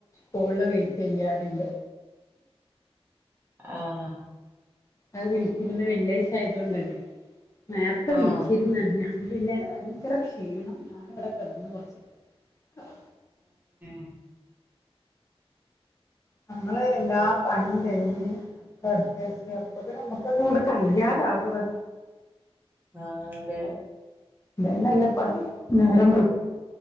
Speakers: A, on the left (about 30°); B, on the right (about 20°).
A: കോള് വെയിറ്റ് ചെയ്യാനുണ്ട്
B: ആഹ
A: അത് വിളിക്കുന്ന വെള്ളിയാഴ്ച ആയതൊണ്ട് നേരത്തെ വിളിച്ചിരുന്ന
B: ആഹ്
A: ഞാൻ പിന്നെ ഭയങ്കര ക്ഷീണം ഞൻവിടെ കിടന്ന് കുറച്ച നേരം
B: ഉ
A: നമ്മള് എല്ലാ പണിയും കഴിഞ്ഞ് കടുത്തച്ചേ അപ്പത് നമ്മുക്ക് കൊൊണ്ട് കഴിയാതാവന്ന്
B: ആഹ അതെ
A: അതന്നെല്ലപ്പ നേരം വെളു